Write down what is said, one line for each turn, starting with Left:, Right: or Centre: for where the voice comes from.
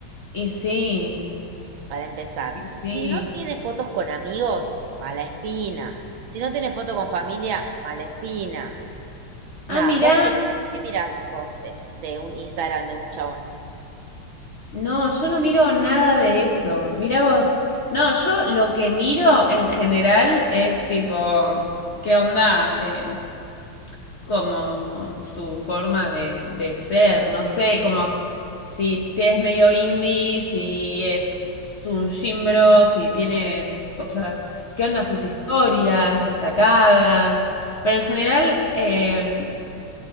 Left: Y sí,
Right: para empezar.
Left: y sí.
Right: Si no tiene fotos con amigos, mala espina. Si no tiene foto con familia, mala espina. Nada,
Left: Ah, mirá.
Right: vos qué, qué mirás vos eh, de un Instagram de un chabón.
Left: No, yo no miro nada de eso. Mirá vos. No, yo lo que miro en general es tipo, ¿qué onda? Eh, como su forma de, de ser, no sé, como si te es medio indie, si es un gimbro, si tienes cosas, ¿qué onda sus historias destacadas? Pero en general, eh,